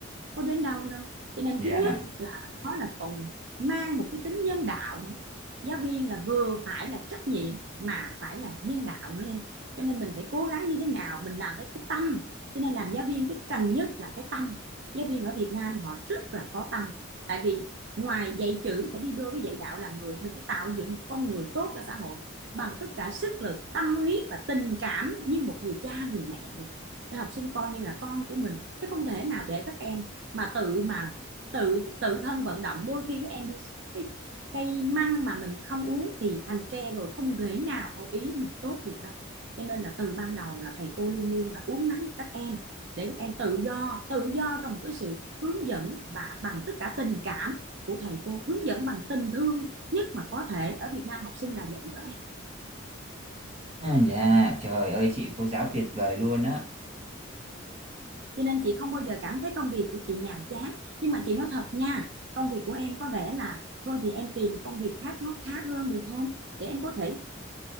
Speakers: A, on the right (about 60°); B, on the right (about 30°).
A: có đến đâu đâu cho nên
B: Dạ.
A: thứ nhất là nó là còn mang một cái tính nhân đạo nữa giáo viên là vừa phải là trách nhiệm mà phải là nhân đạo nữa em cho nên mình phải cố gắng như thế nào mình làm với cái tâm cho nên làm giáo viên cái cần nhất là cái tâm giáo viên ở Việt Nam họ rất là có tâm tại vì ngoài dạy chữ phải đi đôi với dạy đạo làm người mình phải tạo dựng một con người tốt cho xã hội bằng tất cả sức lực tâm huyết và tình cảm như một người cha người mẹ vậy để học sinh coi như là con của mình chứ không thể nào để các em mà tự mà tự tự thân vận động đôi khi các em đi cái cây măng mà mình không uống thì thành tre rồi không thể nào theo ý mình tốt được đâu cho nên là từ ban đầu là thầy cô luôn luôn là uốn nắn các em để các em tự do tự do trong một cái sự hướng dẫn và bằng tất cả tình cảm của thầy cô hướng dẫn bằng tình thương nhất mà có thể ở Việt Nam học sinh là vậy đó em
B: À, Dạ, trời ơi chị cô giáo tuyệt vời luôn á.
A: cho nên chị không bao giờ cảm thấy công việc của chị nhàm chán nhưng mà chị nói thật nha công việc của em có vẻ là thôi thì em tìm một công việc khác nó khá hơn được không để em có thể